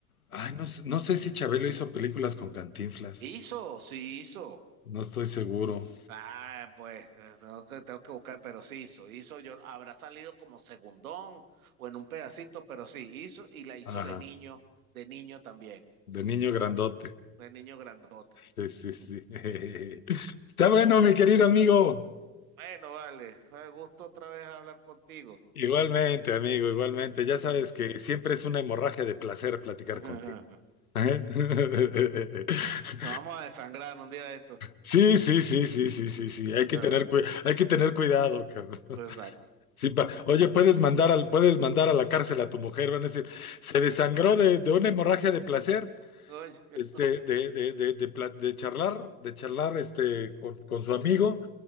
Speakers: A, on the left (about 85°); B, on the right (about 75°).
A: Ay, no, sé- no sé si Chabelo hizo películas con Cantinflas.
B: Hizo, sí hizo.
A: No estoy seguro.
B: Ah, pues eh, tengo que, tengo que buscar, pero sí hizo, hizo, yo habrá salido como segundón o en un pedacito, pero sí hizo y la hizo
A: Ajá,
B: de niño, de niño también,
A: de niño grandote.
B: de niño grandote.
A: Sí, sí, sí.
B: <laughs>
A: <laughs> Está bueno, mi querido amigo.
B: Bueno, vale, fue gusto otra vez hablar contigo.
A: Igualmente, amigo, igualmente. Ya sabes
B: <laughs>
A: que siempre es una hemorragia de placer platicar
B: Nos
A: contigo. Ajá. <laughs>
B: vamos a desangrar un día de esto.
A: Sí, sí, sí, sí, sí, sí, sí. Hay
B: <laughs>
A: que tener cui- hay que tener cuidado, cabrón. <laughs>
B: Exacto.
A: Sí, pa- Oye, puedes mandar
B: <laughs>
A: al, puedes mandar a la cárcel a tu mujer, van a decir, se desangró de, de una hemorragia de placer,
B: Oye.
A: este, de, de, de, de, pla- de charlar, de charlar este, con, con su amigo,